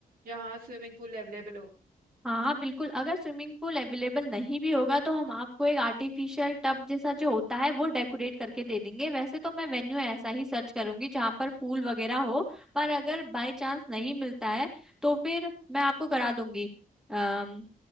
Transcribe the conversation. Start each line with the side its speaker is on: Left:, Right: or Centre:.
Right: जहाँ स्विमिंग पूल अवेलेबल हो
Centre: हाँ बिल्कुल अगर स्विमिंग पूल अवेलेबल नहीं भी होगा तो हम आपको एक आर्टिफिशियल टब जैसा जो होता है वो डेकोरेट करके दे देंगे वैसे तो मैं वेन्यू ऐसा ही सर्च करूंगी जहाँ पर पूल वगैरह हो पर अगर बाय चांस नहीं मिलता है तो फिर मैं आपको करा दूंगी अम,